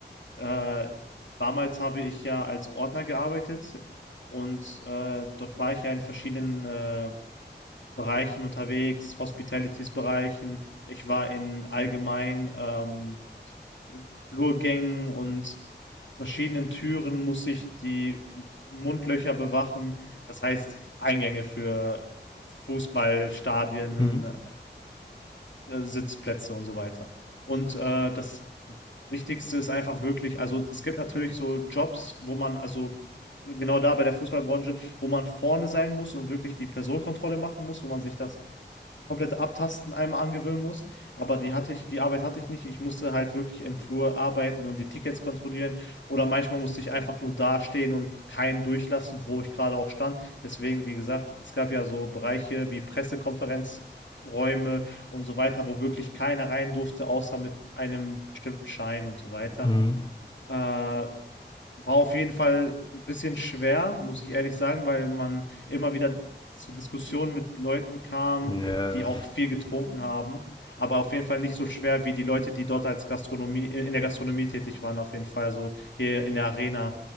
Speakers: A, on the left; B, on the left.
A: Äh, damals habe ich ja als Ordner gearbeitet und äh, dort war ich ja in verschiedenen äh, Bereichen unterwegs, Hospitalities-Bereichen. Ich war in allgemein ähm, Flurgängen und verschiedenen Türen musste ich die Mundlöcher bewachen. Das heißt Eingänge für Fußballstadien,
B: hm,
A: äh, Sitzplätze und so weiter. Und äh, das Wichtigste ist einfach wirklich, also es gibt natürlich so Jobs, wo man also genau da bei der Fußballbranche, wo man vorne sein muss und wirklich die Personenkontrolle machen muss, wo man sich das komplette Abtasten einmal angewöhnen muss. Aber die hatte ich, die Arbeit hatte ich nicht. Ich musste halt wirklich im Flur arbeiten und die Tickets kontrollieren. Oder manchmal musste ich einfach nur dastehen und keinen durchlassen, wo ich gerade auch stand. Deswegen, wie gesagt, es gab ja so Bereiche wie Pressekonferenzräume und so weiter, wo wirklich keiner rein durfte, außer mit einem bestimmten Schein und so weiter.
B: hm.
A: Äh, war auf jeden Fall ein bisschen schwer, muss ich ehrlich sagen, weil man immer wieder zu Diskussionen mit Leuten kam,
B: Ja,
A: die auch viel getrunken haben. Aber auf jeden Fall nicht so schwer wie die Leute, die dort als Gastronomie, in in der Gastronomie tätig waren, auf jeden Fall, so hier in der Arena.